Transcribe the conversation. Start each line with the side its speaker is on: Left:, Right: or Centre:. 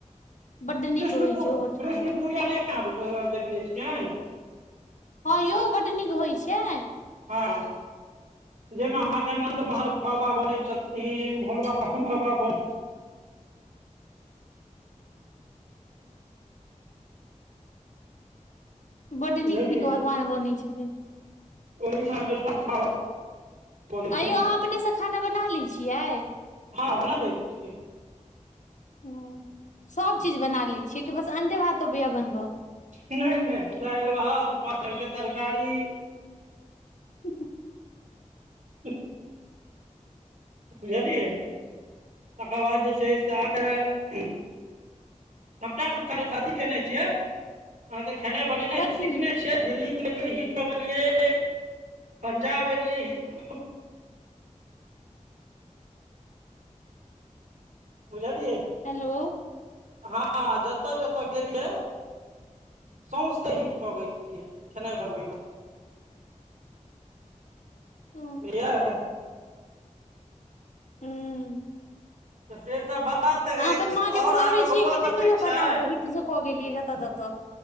Left: बड्ड
Right: कृष्ण
Left: नीक होइ
Right: पू
Left: छै ओहोठाम
Right: कृष्ण पूजा नहि आब देखने छियै?
Left: हँं यौ बड नीक होइ छै।
Right: हँ, जाहिमे
Left: हूँ
Right: अहाँके नन्द महर बाबा बनै छथिन भोलबा बाबा बनै छथिन।
Left: बडे
Right: बुझलियै
Left: नीक नीक भगवान बनै छथिन।
Right: ओहि मे के सब बाबा बनै
Left: ऐं
Right: छथिन
Left: यौअहाँ अपनेसँ खाना बना लै छियै।
Right: हँ बना लै छियै।
Left: हं, सभ चीज बना लै छियै कि बस अण्डे भात आबैये बनब।
Right: नहि नहि दालि भात पाँचं रंगके तरकारी।
Left: <inaudible>
Right: हुं बुझलियै, तकर बाद जे छै से अहांके। सबका तेअथि केने छियै अहाँके खेनाइ बनेनाइ
Left: कथी
Right: सिखने छियै, दिल्ली गेलियै हिट क गेलियै पंजाब एलियै ह बुझलियै।
Left: हेलो।
Right: हँ जतऽ जतऽ गेलियै सौंसे हिट कऽ गेलियै खेनाइ बनबै मे
Left: ह
Right: बुझलियै।
Left: हूं
Right: तऽ से सब बात अछि
Left: अहां अपन माँ के
Right: आओर
Left: खुआबै
Right: अहाँके
Left: छियै
Right: बौआ
Left: कि
Right: सब
Left: नहि कहियो
Right: ठीक छै
Left: बना क हिट जे कऽ गेलियै जतऽ ततऽ।